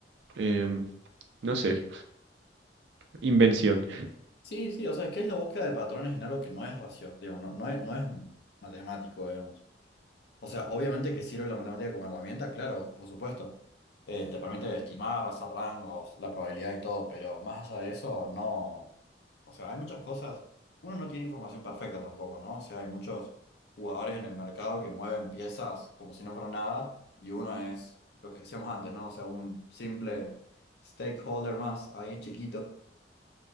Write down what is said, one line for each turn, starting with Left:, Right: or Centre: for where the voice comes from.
Right: em, no sé, invención.
Left: Sí, sí, o sea, es que es la búsqueda de patrones en algo que no es racio, digo, no, no es, no es matemático, digamos. O sea, obviamente que sirve la matemática como herramienta, claro, por supuesto. Eh, te permite estimar, hacer rangos, la probabilidad y todo, pero más allá de eso, no. O sea, hay muchas cosas. Uno no tiene información perfecta tampoco, ¿no? O sea, hay muchos jugadores en el mercado que mueven piezas como si no fuera nada, y uno es lo que decíamos antes, ¿no? O sea, un simple stakeholder más, ahí chiquito.